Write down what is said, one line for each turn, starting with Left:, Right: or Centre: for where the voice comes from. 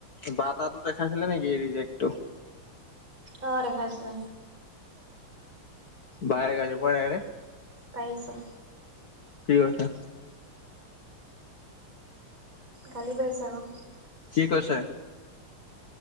Left: বা তাতো দেখাইছিলে নেকি ৰিজেক্টো
Right: অ, দেখাইছে।
Left: বায়ে গালি পৰা নাই নে?
Right: পাৰিছে
Left: কি কথা?
Right: গালি পাৰিছে আকৌ।
Left: কি কৈছে?